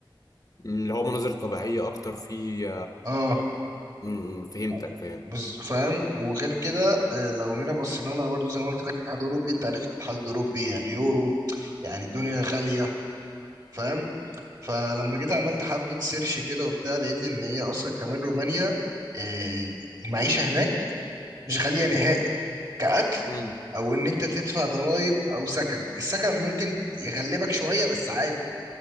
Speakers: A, on the left; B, on the right.
A: أمم، اللي هو مناظر طبيعيه اكتر في
B: اه
A: أمم، فهمتك
B: و-
A: فهمت
B: بز- فاهم وغير كده آه، لو جينا بصينا لها برضه زي ما قلت لك الاتحاد الاوروبي انت عارف الاتحاد الاوروبي يعني يورو يعني الدنيا غالية فاهم فلما جيت عملت حبة سيرش كده وبتاع لقيت ان هي اصلا كمان رومانيا آه، المعيشة هناك مش غالية نهائي كأكل
A: امم
B: أو إن أنت تدفع ضرايب أو سكن السكن ممكن يغلبك شوية بس عادي